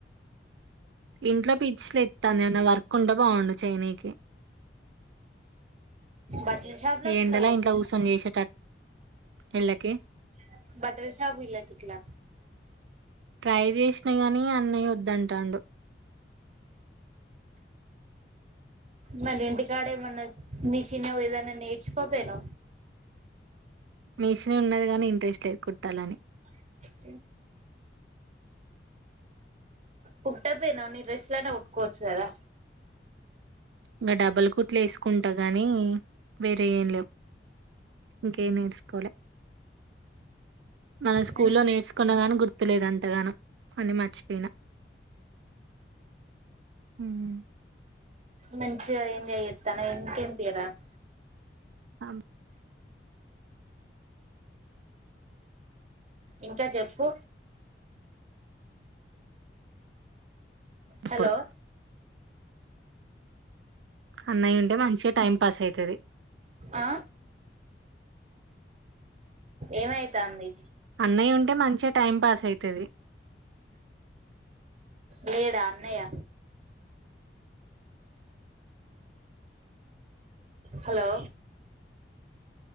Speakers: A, on the right; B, on the right.
A: ఇంట్లో పిచ్చి లేస్తుంది ఏమన్నా వర్క్ ఉంటే బాగుండు చైనీకి
B: బట్టల షాప్ లోకి
A: ఎండలా
B: ఇట్లా పోకు
A: ఇంట్లో ఊసం చేసేట ఇళ్ళకి
B: <unintelligible>
A: ట్రై చేసిన గాని అన్నయ వద్దంటాడు
B: మన ఇంటికాడ ఏమన్నా నిసిన ఏదన్నా నేర్చుకోపోను
A: మేష్నీ ఉన్నది గనీ ఇంట్రెస్ట్ లేదు కుట్టాలని
B: <unintelligible> కుట్టపోయినవ్ నీ డ్రెస్లన్న గుట్కోవచ్చు గదా
A: ఇంగ డబల్ కుట్లేసుకుంట గనీ వేరే ఏం లేవు. ఇంకేం నేర్చుకోలే మన స్కూల్లో
B: మంచి
A: నేర్చుకున్న గాని గుర్తులేదు అంతగనం అన్ని మర్చిపోయిన. హ్మ్
B: మంచిగ ఏంజాయిచ్చేత్తానవ్ ఇంకేంది తీయరాదు.
A: అం
B: ఇంకా చెప్పు
A: అప్పుడు
B: హలో
A: అన్నయుంటే మంచిగ టైం పాస్ అయితది
B: ఆ ఏమైతాంది
A: అన్నయ్యుంటే మంచిగ టైం పాస్ అయితది.
B: లేడా అన్నయ్య హలో